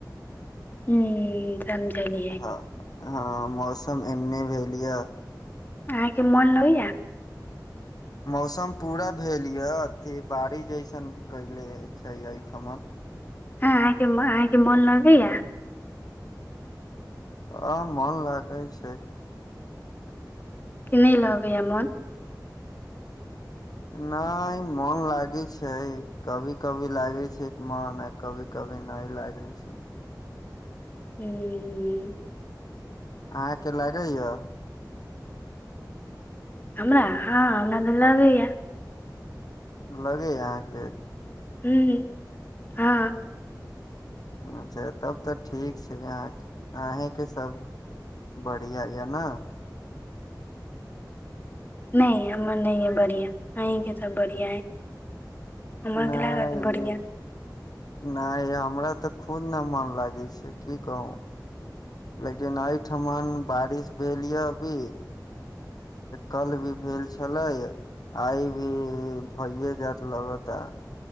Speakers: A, on the left (about 25°); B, on the left (about 60°).
A: हूं समझलियै
B: हँ हँ मौसम एहने भेलया।
A: अहाँके मोन लगैया?
B: मौसम पूरा भेलया अथी बारिश जैसन कैले छैय एहिठमन।
A: आहाके आहाके मोन लगैया?
B: हां मन लागै छैय।
A: की नहि लगैया मोन?
B: नहि मन लागै छैय। कभी कभी लागे छैय मन आ कभी कभी नहि लागे छैय।
A: हूँ
B: अहाँके लागैया?
A: हमरा हँ हमरा त लागैया।
B: लगैया अहाँके?
A: हूं हां
B: अच्छा तब तऽ ठीक छै अहाँ के अहाके सब बढ़िया यऽ ने
A: नहि हमर नहि यइ बढ़ियां अहींके त बढ़ियां अइ हमरके
B: नहि
A: ल तऽ बढ़िआँ
B: नहि हमरा तऽ खुद ने मन लागै छै की कहू लेकिन एहिठमन बारिश भेल यऽ अभी कल भी भेल छलै आइ भी भइए जायत लगत आ